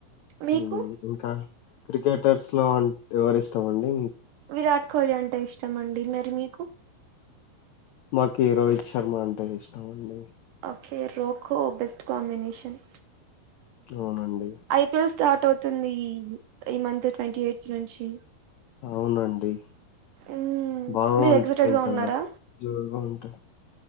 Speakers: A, on the right; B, on the left.
A: మీకు
B: మ్ ఇంకా క్రికెటర్స్ లో ఎవరి ఇష్టం అండి
A: విరాట్ కోహ్లీ అంటే ఇష్టం అండి మరి మీకు
B: మాకి రోహిత్ శర్మ అంటే ఇష్టం అండి
A: ఓకే రోకో బెస్ట్ కాంబినేషన్
B: అవునండి
A: ఐపీఎల్ స్టార్ట్ అవుతుంది ఈ ఈ మంత్ ట్వంటీ ఎయిత్ నుంచి
B: అవునండి
A: ఉమ్
B: బాగా
A: మీరు
B: ఉంటాయి
A: ఎక్సైటెడ్
B: ఇంకా
A: గా ఉన్నారా
B: జోరుగా ఉంటాది